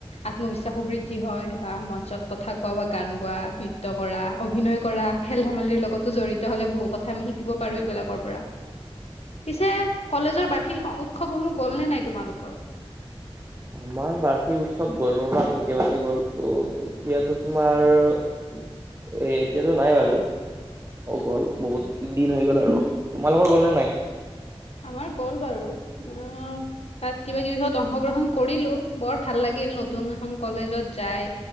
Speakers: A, on the left (about 80°); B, on the right (about 25°).
A: আত্মবিশ্বাসো বৃদ্ধি হয় বা মঞ্চত কথা কোৱা বা গান গোৱা নৃত্য কৰা অভিনয় কৰা খেল ধেমালিৰ লগ তো জড়িত হলে বহু কথা আমি শিকিব পাৰোঁ এইবিলাকৰ পৰা। পিছে কলেজৰ বাৰ্ষিক উৎ- সৱ সমূহ গল নে নাই তোমালোকৰ?
B: আমাৰ বাৰ্ষিক উৎসৱ গ'ল ৰ বা তৃতীয়বাৰ্ষিক গ'ল ত এতিয়াতো তোমাৰ এ এতিয়াতো নাই বাৰু গ'ল বহুত দিন হৈ গ'ল আৰু তোমালোকৰ গ'ল নে নাই
A: আমাৰ গ'ল বাৰু উম তাত কিবা-কিবিহত- অংশগ্ৰহণ কৰিলো বৰ- ভাল লাগিল নতুন এখন কলেজত যায়,